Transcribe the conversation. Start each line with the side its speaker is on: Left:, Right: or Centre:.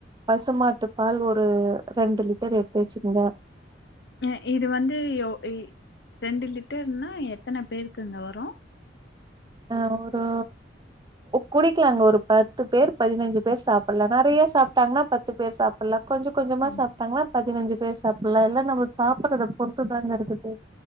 Right: பசுமாட்டு பால் ஒரு ரெண்டு லிட்டர் எடுத்து வச்சுக்கோங்க
Left: இ இது வந்து ஓ ரெண்டு லிட்டர்னா எத்தனை பேருக்குங்க வரு
Right: ஆ ஒரு குடிக்கலாங்க ஒரு பத்து பேர் பதினஞ்சு பேர் சாப்படல நிறைய சாப்ட்டாங்கன்னா பத் பத்து பேர் சாப்பிடலா கொஞ்சம் கொஞ்சமா
Left: ஆமா
Right: சாப்ட்டாங்கனா பதினஞ்சு பேர் சாப்படலா எல்லா நம்ம சாப்பிடுறத பொறுத்து தாங்க இருக்குது